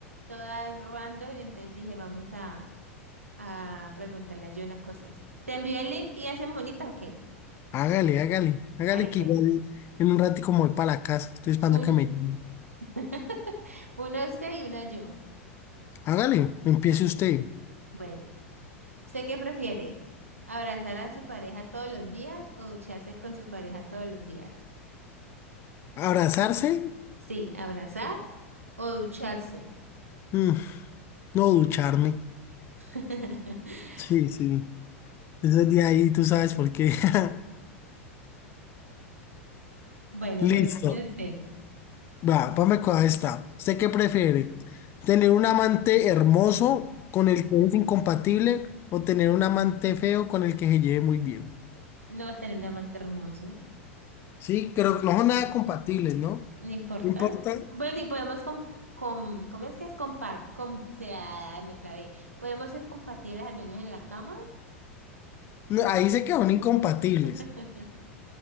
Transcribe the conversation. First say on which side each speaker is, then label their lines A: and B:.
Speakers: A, on the right; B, on the left.
A: todas random, entonces dije, vamos a, a preguntarle a Jonah cosas. ¿Te envío el link y hacen bonitas, ¿ok?
B: Hágale, hágale. Hágale
A: Dale
B: que
A: pues.
B: igual en un ratico como voy para la casa. Estoy esperando
A: Un,
B: que me llame.
A: <laughs> una usted y una yo.
B: Hágale, empiece usted.
A: Bueno, ¿usted qué prefiere? ¿Abrazar a su pareja todos los días o ducharse con su pareja todos los días?
B: ¿Abrazarse?
A: Sí, abrazar o ducharse.
B: Mm, no ducharme.
A: <laughs>
B: Sí, sí. Ese día ahí tú sabes por qué. <laughs>
A: Bueno,
B: Listo.
A: pregúntese.
B: Va, vamos con esta. ¿Usted qué prefiere? ¿Tener un amante hermoso con el que es incompatible o tener un amante feo con el que se lleve muy bien?
A: No tener un amante hermoso.
B: Sí, creo que no son nada
A: Sí.
B: compatibles, ¿no?
A: No importa.
B: No importa.
A: Bueno, y podemos com com- ¿cómo es que es compar com o sea, me trabé. Podemos ser compatibles al menos en la cama.
B: No, ahí sé que son incompatibles,
A: <laughs>